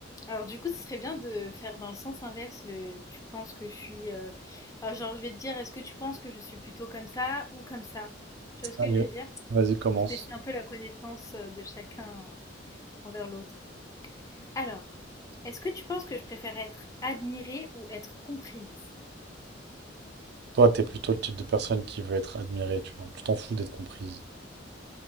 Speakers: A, on the left; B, on the right.
A: Alors du coup, ce serait bien de faire dans le sens inverse, le tu penses que je suis euh, enfin, genre je vais te dire est-ce que tu penses que je suis plutôt comme ça ou comme ça? Tu vois ce
B: Allez,
A: que je veux dire?
B: vas-y, commence.
A: Pour tester un peu la connaissance euh, de chacun envers l'autre. Alors, est-ce que tu penses que je préfère être admirée ou être comprise?
B: Toi, t'es plutôt le type de personne qui veut être admirée, tu vois. Tu t'en fous d'être comprise.